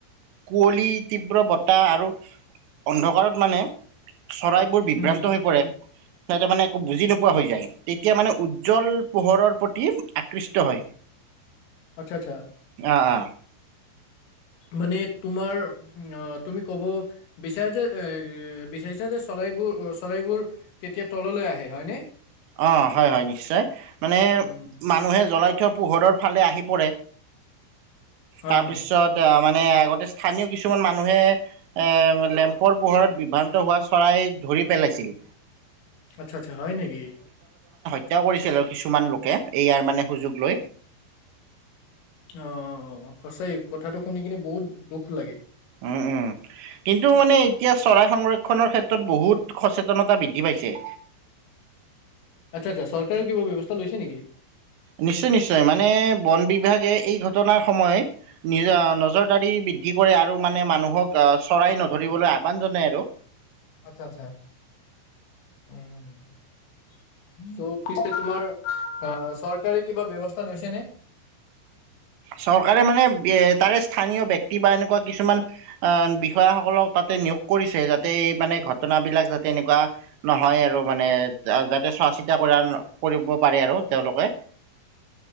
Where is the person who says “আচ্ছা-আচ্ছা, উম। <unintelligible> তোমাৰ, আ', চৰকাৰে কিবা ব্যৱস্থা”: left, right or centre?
Left